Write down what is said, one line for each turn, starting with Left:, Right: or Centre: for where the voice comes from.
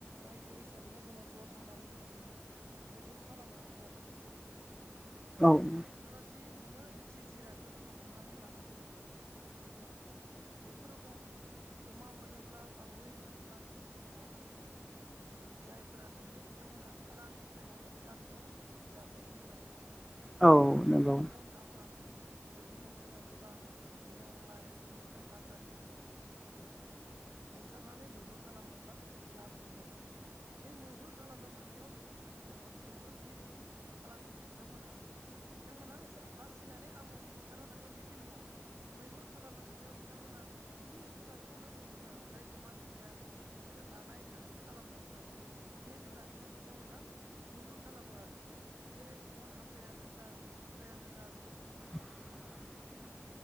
Right: रायजो हिसाबैनो जोङो ज' थांनानै जोङो दिनै मैहुर खालामोमोन आरो नोंथां। बिदिनो
Centre: औ
Right: नोंथाङा जि मोनो जि जिरादखौ नोङो हमनानै लाना होयो थिग बिदिनो जोङो बेफोर रोखम अमा मोनोब्ला बा मै मोनोब्ला बेखौ जोङो लाना फैनानै जोङो जायफोरा थांदों बिथांमोना रानफायनानै गामियाव जाफायोमोन आरो।
Centre: औ
Right: थिग बिदिनो
Centre: नंगौ
Right: जोङो बन हाफा बिदिनो जोङो गोबां नेवलाय बिदिनो हाग्रानि गोबां जुन्थुफोरखौ जोङो बुथारनानै मैहुर खालामोब्ला लाबोमोन आरो। बे मैहुर खालामनो थांनायाव बियो ओ मैहुरगिरि खालामगिरि बिथांमोना बिथांमोना बासिनानै आमुखौ बुथारना थांगोन बिदि नङा मैहुर खालामनो थांनायाव बिथांमोना जि जुनारखौ लोगो मोनो जायखौ मानसिया बिसोरो जानाय होनानै खालामनानै लादो बे जुनारखौनो बिथांमोना मैहुर खालामो आरो। जेरै बन हाफायानो जा मोख्रायानो जा बिदिनो ओ
Centre: <inaudible>